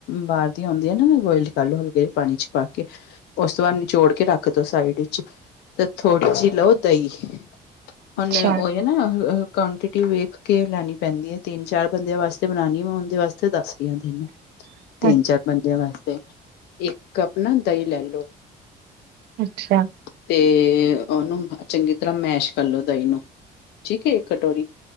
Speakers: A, on the left; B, on the right.
A: ਬਾਹਰ ਦੀ ਆਉਂਦੀ ਹੈ ਨਾ ਬੋਇਲ ਕਲੋ ਹਲਕੇ ਜੇ ਪਾਨੀ ਚ ਪਾ ਕੇ, ਉਸ ਤੋਂ ਬਾਅਦ ਨਿਚੋੜ ਕੇ ਰੱਖ ਦੋ ਸਾਈਡ ਵਿੱਚ ਤੇ ਥੋੜੀ ਜੀਅ ਲਓ ਦਹੀਂ, ਹੁਣ
B: ਅੱਛਾ,
A: ਉਹੇ ਨਾ ਕੋਨਟੀ ਟੀਟੀ ਵੇਖ ਕੇ ਲੈਣੀ ਪੈਂਦੀ ਐ, ਤਿੰਨ ਚਾਰ ਬੰਦਿਆਂ ਵਾਸਤੇ ਬਣਾਣੀ ਐ, ਮੈਂ ਉਹਦੇ ਵਾਸਤੇ ਦੱਸ ਰਈ ਆ ਤੈਨੂੰ
B: <inaudible>
A: ਤਿੰਨ-ਚਾਰ ਬੰਦਿਆਂ ਵਾਸਤੇ, ਇੱਕ ਕੱਪ ਨਾ ਦਹੀਂ ਲੈ ਲਓ।
B: ਅੱਛਾ।
A: ਤੇ ਉਹਨੂੰ ਚੰਗੀ ਤਰ੍ਹਾਂ ਮੈਸ਼ ਕਰਲੋ ਦਹੀਂ ਨੂੰ ਠੀਕ ਹੈ ਇੱਕ ਕਟੋਰੀ,